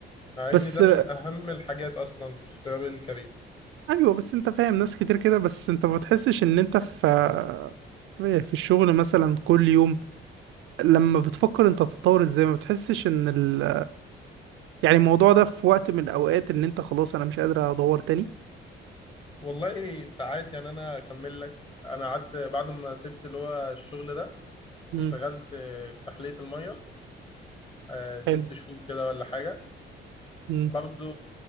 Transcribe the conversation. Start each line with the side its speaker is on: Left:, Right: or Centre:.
Left: مع
Right: بس
Left: إن ده من أهم الحاجات أصلا في اختيار الكارير
Right: ايوه بس انت فاهم ناس كتير كده بس انت ما بتحسش ان انت في في في الشغل مثلا كل يوم لما بتفكر انت تتطور ازاي ما بتحسش ان ال يعني الموضوع ده في وقت من الأوقات إن أنت خلاص أنا مش قادر أدور تاني
Left: والله ساعات يعني انا اكمل لك انا قعدت بعد ما سبت اللي هو الشغل ده
Right: مم.
Left: اشتغلت في تحلية المية آه، ست
Right: حلو
Left: شهور كده ولا حاجة
Right: مم.
Left: برضو